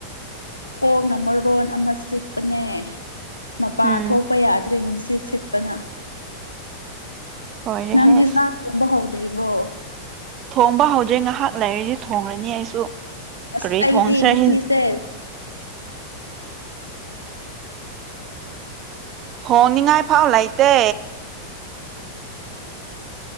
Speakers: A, on the left; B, on the right.
A: ꯀꯣꯛꯅ ꯃꯔꯣꯟ ꯑꯃ ꯆꯤꯛꯄꯅꯦ ꯃꯄꯥꯟ
B: ꯎꯝ
A: ꯊꯣꯛꯄ ꯌꯥꯗ꯭ꯔꯦ ꯅꯨꯡ ꯑꯁꯤ ꯁꯤꯠꯄꯅ
B: ꯂꯣꯏꯔꯦꯍꯦ
A: ꯅꯪꯗꯤ
B: ꯑꯁ
A: ꯁꯥ ꯊꯣꯡꯕ ꯍꯧꯗ꯭ꯔꯤꯕꯣ
B: ꯊꯣꯡꯕ ꯍꯧꯗ꯭ꯔꯦ ꯉꯥꯏꯍꯥꯛ ꯂꯩꯥꯏꯔꯤꯗꯤ ꯊꯣꯡꯉꯅꯤ ꯑꯩꯁꯨ
A: ꯑꯁ
B: ꯀꯔꯤ
A: ꯑꯩꯗꯤ
B: ꯊ ꯍꯣꯡꯁꯍꯤ
A: ꯉꯁꯤꯁꯦ
B: ꯊꯣꯡꯅꯤꯡꯉꯥꯏ ꯐꯥꯎ ꯂꯩꯇꯦ